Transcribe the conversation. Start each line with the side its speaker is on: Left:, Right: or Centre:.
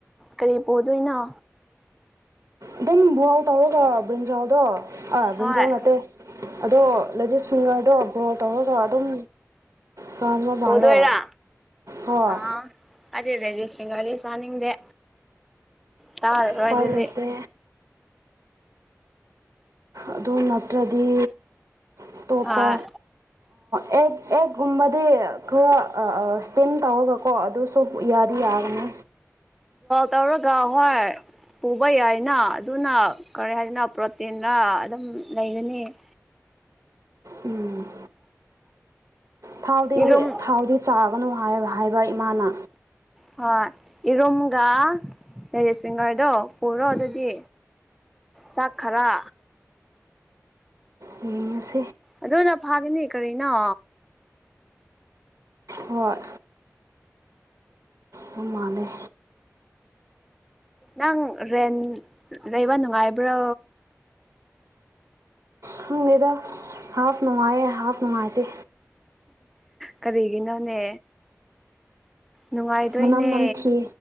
Centre: ꯀꯔꯤ ꯄꯨꯣꯛꯗꯣꯏꯅꯣ
Right: ꯑꯗꯨꯝ ꯋꯥꯜ ꯇꯧꯔꯒ ꯕ꯭ꯔꯤꯟꯖꯥꯜꯗꯣ ꯑꯥ ꯕ꯭ꯟꯖꯥꯎ
Centre: ꯍꯣꯏ
Right: ꯅꯠꯇꯦ ꯑꯗꯣ ꯂꯦꯗꯤꯁ ꯐꯤꯡꯒꯔꯗꯣ ꯕꯣꯜ ꯇꯧꯔꯒ ꯑꯗꯨꯝ ꯆꯥꯕ
Centre: ꯍꯗꯗ
Right: ꯃꯥꯜꯂꯦ ꯍꯣꯏ
Centre: ꯑ ꯑꯗꯦꯗꯦ ꯌꯦꯒꯥ ꯆꯥꯅꯤꯗꯦ ꯇ ꯔꯗꯗꯤ
Right: ꯎꯄꯥꯏ ꯂꯩꯇꯦ ꯑꯗꯨ ꯅꯠꯇ꯭ꯔꯗꯤ ꯑꯇꯣꯞꯄ
Centre: ꯑꯥ
Right: ꯑꯦꯛ ꯑꯦꯛꯒꯨꯝꯕꯗꯤ ꯈꯔ ꯁ꯭ꯇꯤꯝ ꯇꯧꯔꯒꯀꯣ ꯑꯗꯨꯁꯨ ꯌꯥ ꯃꯔꯤ ꯌꯥꯒꯅꯤ
Centre: ꯇꯔꯔꯒꯥ ꯍꯣꯏ ꯄꯨꯕ ꯌꯥꯏꯅ ꯑꯗꯨꯅ ꯀꯔꯤ ꯍꯥꯏꯗꯅ ꯄ꯭ꯔꯣꯇꯤꯟꯔ ꯑꯗꯨꯝ ꯂꯩꯒꯅꯤ
Right: ꯎꯝ ꯊꯥꯎꯗꯤ
Centre: ꯏꯔꯨꯝ
Right: ꯊꯥꯎꯗꯤ ꯆꯥꯒꯅꯨ ꯍꯥꯏꯕ ꯏꯃꯥꯅ
Centre: ꯍꯣꯏ ꯏꯔꯨꯝꯒ ꯂꯦꯔꯤꯁ ꯐꯤꯡꯒꯔꯗꯣ ꯄꯨꯔꯣ ꯑꯗꯨꯗꯤ ꯆꯥꯛꯈꯔ
Right: ꯎꯁꯦ
Centre: ꯑꯗꯨꯅ ꯐꯥꯒꯅꯤ ꯀꯔꯤꯅꯣ
Right: ꯍꯣꯏ ꯑꯗꯨ ꯃꯥꯅꯦꯦ
Centre: ꯅꯪ ꯔꯦꯟ ꯂꯩꯕ ꯅꯨꯡꯉꯥꯏꯕ꯭ꯔꯣ
Right: ꯈꯪꯗꯦꯗ ꯍꯥꯐ ꯅꯨꯡꯉꯥꯏꯌꯦ ꯍꯥꯐ ꯅꯨꯡꯉꯥꯏꯇꯦ
Centre: ꯀꯔꯤꯒꯤꯅꯣꯅꯦ ꯅꯨꯡꯉꯥꯏꯗꯣꯏꯅꯦ
Right: ꯃꯅꯝ ꯅꯝꯊꯤ